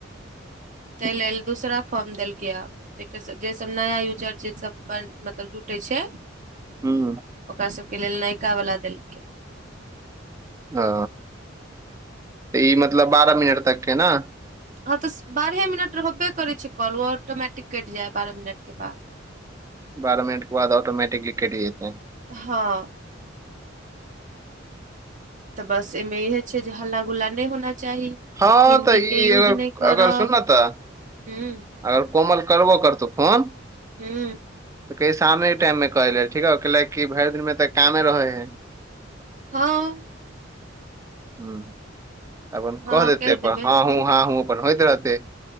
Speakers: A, on the right; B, on the right.
A: ताहि लेल दूसरा फॉर्म देलकै। जे सब नया यूजर छैय सबप मतलब जुटै छैय
B: हू
A: ओकरा सबके लेल नयका वला देलकै।
B: ओ तऽ ई मतलब बारह मिनट तकके न?
A: हँ तऽ बारहे मिनट रह होबे कर छै कॉल ओ ऑटोमटिक कटि जाय बारह मिनट के बाद।
B: बारह मिनट के बाद ऑटोमैटिकली कटि जेतै।
A: हँ तऽ बस एहिमे इहे छैय जे हल्ला गुल्ला नहि होना च चाही
B: हँ
A: हिन्दी
B: तऽ
A: के
B: ई
A: यूज
B: अगर
A: नहि करब
B: अगर सुन ने तऽ
A: हूं।
B: अगर कोमल करबो करतौ फोन
A: हूँ
B: तऽ कहीयही शामे के टाइम मे कै ले ठीक हय कलि कि भरि दिन तऽ कामे रहे हय।
A: हँ
B: हूं अपन
A: हँ
B: क देतै
A: कहि
B: अपन
A: देबै
B: हँ हूं हँ हूं अपन होइत रहतै।